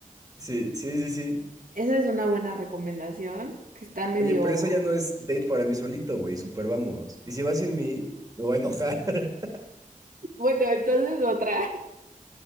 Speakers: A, on the right; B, on the right.
A: Sí, sí, sí, sí.
B: Esa es una buena recomendación, que está medio...
A: Oye, pero eso ya no es date para mí solito, güey, super vamos. Y si vas sin mí, me voy a enojar. <laughs>
B: Bueno, entonces otra.